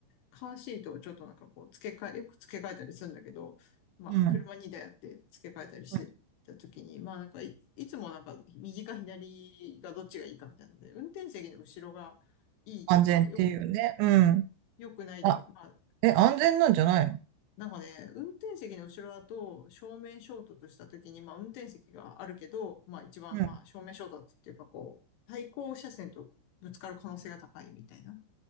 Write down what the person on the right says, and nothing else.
うん。
うん
安全っていうね。
うん。
あ、
え、安全なんじゃないの
うん。